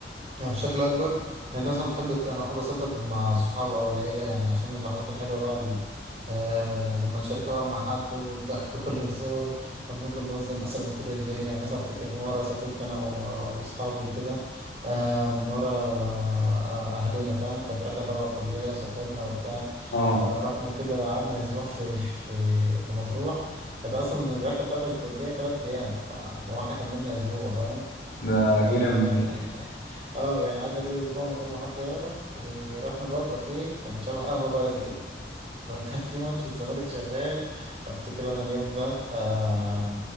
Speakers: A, on the right (about 35°); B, on the left (about 60°).
A: يعني بشكل اكبر يعني انت مثلا بتحب انا بحب اسافر مع الصحاب او العيله يعني عشان اللحظات الحلوه بقى ال- آه لما نشاركها بقى مع حد والضحك <laughs> والهزار بنفضل نهزر مثلا طول الليل يعني مثلا افتكر في مره سافرت انا و- واصحابي وكده آه من ورا آه اهلنا فاهم كانت رحله تبع الكليه وسافرنا وبتاع
B: اه
A: فرحنا كده قعدنا اسبوع <laughs> في في في مطروح كانت اصلا الرحله بتاعت الكليه تلات ايام فلو احنا كملنا اسبوع فاهم
B: ده
A: آه،
B: جامد
A: اه يعني قعدنا كده اسبوع من غير ما حد يعرف ورحنا بقى كافيه كان شبه قهوه بلدي كده <laughs> فكان في ماتش الزمالك شغال افتكر انا اليوم ده آه